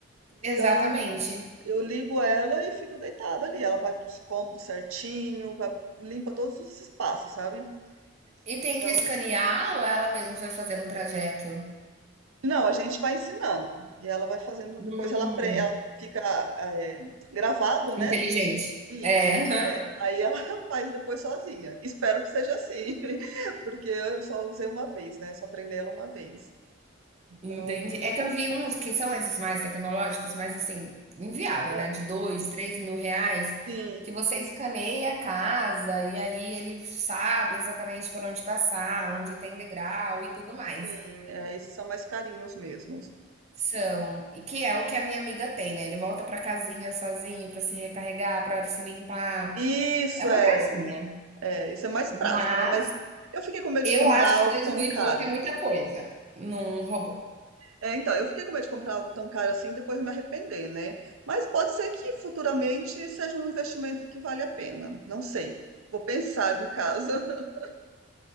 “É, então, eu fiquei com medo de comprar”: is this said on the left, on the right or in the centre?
Right